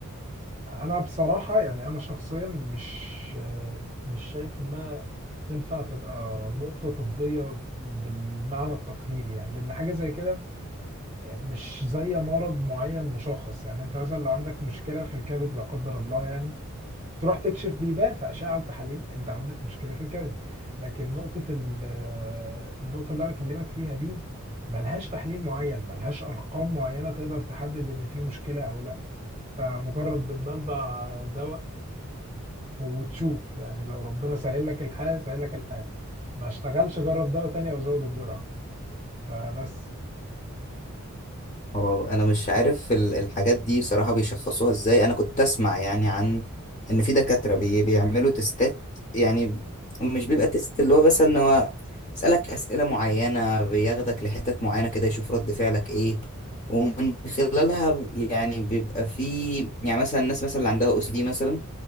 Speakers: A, on the right (about 25°); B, on the left (about 35°).
A: أنا بصراحة يعني أنا شخصيا مش مش شايف إنها تنفع تبقى نقطة طبية بالمعنى التقليدي يعني لأن حاجة زي كده مش زي مرض معين مشخص يعني انت مثلا لو عندك مشكله في الكبد لا قدر الله يعني تروح تكشف بيبان في اشعه وتحاليل انت عندك مشكله في الكبد لكن نقطه ال- آه، النقطه اللي انا بكلمك فيها دي ملهاش تحليل معين ملهاش ارقام معينه تقدر تحدد ان في مشكله او لا انت مجرد بتبلبع دواء وتشوف يعني لو ربنا سهل لك الحال سهل لك الحال ما اشتغلش جرب دواء تاني او زود الجرعه فبس
B: هو انا مش عارف ال- الحاجات دي بصراحة بيشخصوها ازاي انا كنت اسمع يعني عن ان في دكاترة بي بيعملوا تستات يعني مش بيبقى تيست اللي هو بس ان هو يسألك اسئلة معينة بياخدك لحتت معينة كده يشوف رد فعلك ايه ومن خلالها يعني بيبقى في يعني مثلا الناس مثلا اللي عندها او اس دي مثلا